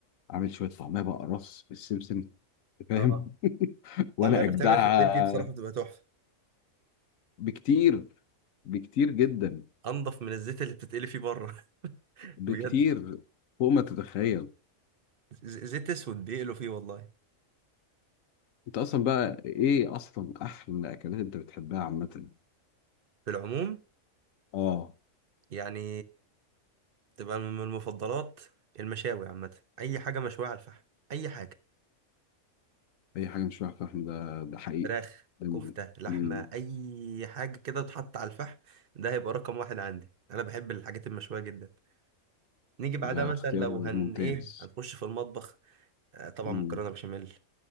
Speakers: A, on the left; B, on the right.
A: عامل شوية طعمية بقى رص بالسمسم فاهم
B: اه
A: <laughs>
B: الطعميه
A: وانا
B: اللي
A: اجدعها
B: بتعمل في البيت دي بصراحه بتبقى تحفه
A: بكتير بكتير جدا
B: انضف من الزيت اللي بتتقلي فيه بره <laughs>
A: بكتير
B: بجد
A: فوق ما تتخيل
B: ز- زيت اسود بيقلوا فيه والله
A: انت اصلا بقى ايه اصلا احلى اكلات انت بتحبها عامه
B: في العموم
A: اه
B: يعني تبقى من المفضلات المشاوي عامة أي حاجة مشوية على الفحم أي حاجة
A: اي حاجه مش واحده فاهم ده ده حقيقي
B: فراخ
A: ده,
B: كفتة لحمة
A: مم.
B: أي حاجة كده تتحط على الفحم ده هيبقى رقم واحد عندي أنا بحب الحاجات المشوية جدا نيجي بعدها
A: ده
B: مثلا
A: اختيار
B: لو
A: ممتاز
B: هن إيه هنخش في المطبخ آه طبعا
A: مم.
B: مكرونة بشاميل